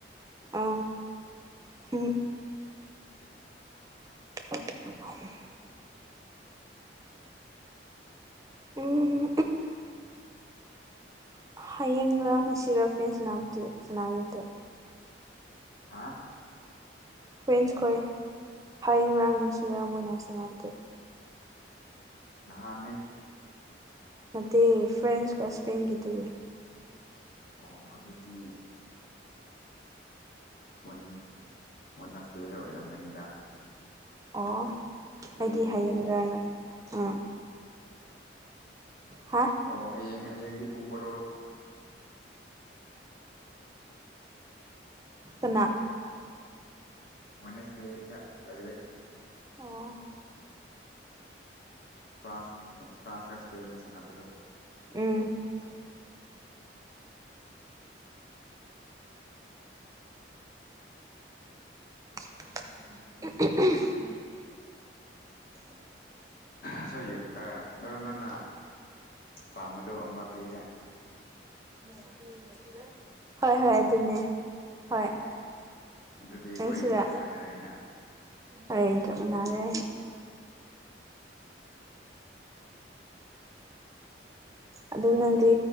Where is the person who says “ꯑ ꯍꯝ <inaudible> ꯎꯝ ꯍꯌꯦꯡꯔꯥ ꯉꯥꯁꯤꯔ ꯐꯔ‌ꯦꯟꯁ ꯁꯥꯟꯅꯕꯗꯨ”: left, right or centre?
Right